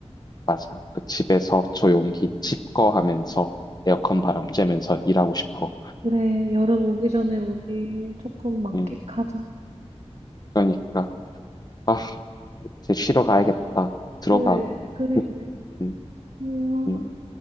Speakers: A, on the left; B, on the right.
A: 맞아. 그 집에서 조용히 집거 하면서 에어컨 바람 쬐면서 일하고 싶어.
B: 그래, 여름 오기 전에 우리 조금 만끽하자.
A: 음, 그러니까, 아, 이제 쉬러 가야겠다. 들어가.
B: 그래, 그래,
A: <laughs>
B: 그래.
A: 음,
B: 안녕.
A: 음.